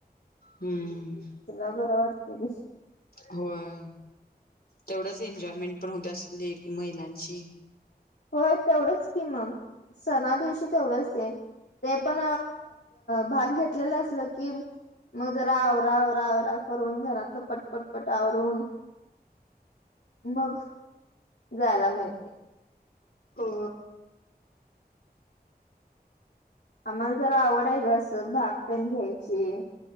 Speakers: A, on the left (about 70°); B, on the left (about 85°).
A: हम्म.
B: तिला बरं वाटतंय <unintelligible>
A: होय तेवढंच एन्जॉयमेंट पण होतयाच. लेट मैलांची
B: होय तेवढंच कि मग सणा दिवशी तेवढंच ते ते पण भाग घेतलेलं असल की मग जरा आवरा आवरा आवरा करून घरातलं पट पटपटा आवरून मग जायला मिळतय.
A: हो.
B: आम्हाला जरा आवड आहे अस भाग तेन घ्यायची.